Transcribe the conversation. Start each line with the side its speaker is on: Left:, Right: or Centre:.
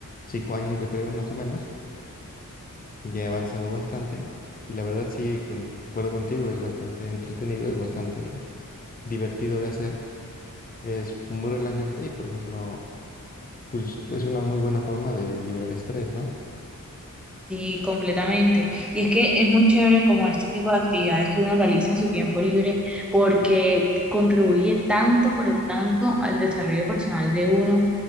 Left: cinco años, yo creo, más o menos. Ya he avanzado bastante. Y la verdad, sí, con- concuerdo contigo. Es bastante entretenido, es bastante divertido de hacer. Es muy relajante y, por ejemplo, pues es una muy buena forma de liberar estrés, ¿no?
Centre: Sí, completamente. Y es que es muy chévere como este tipo de actividades que uno realiza en su tiempo libre porque contribuye tanto, pero tanto al desarrollo personal de uno,